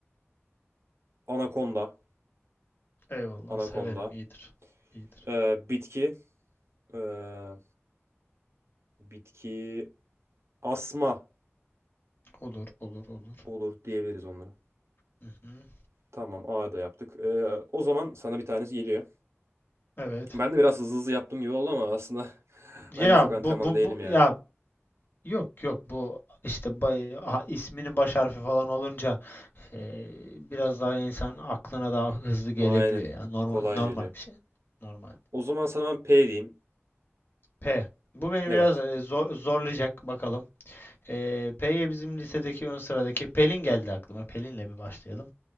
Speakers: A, on the right; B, on the left.
A: anakonda,
B: Eyvallah
A: anakonda.
B: severim iyidir. İyidir.
A: Ee, bitki, ee, bitki, asma
B: Olur olur olur.
A: olur diyebiliriz onlara.
B: Hı hı.
A: Tamam, A da yaptık. Ee, o zaman sana bir tanesi geliyor.
B: Evet.
A: Ben de biraz hızlı hızlı yaptığım gibi oldu ama aslında <laughs>
B: Ya
A: ben de çok antrenman
B: bu bu
A: değilim
B: bu
A: ya.
B: ya yok yok bu işte bay, ha- isminin baş harfi falan olunca Ee, biraz daha insan aklına daha hızlı gelebiliyor
A: Aynen,
B: ya. Normal
A: kolay
B: normal
A: geliyor.
B: bir şey. Normal.
A: O zaman sana ben P diyeyim.
B: P. Bu beni
A: Evet,
B: biraz e, zor- zorlayacak bakalım. Ee, P'ye bizim lisedeki ön sıradaki Pelin geldi aklıma. Pelin'le bir başlayalım.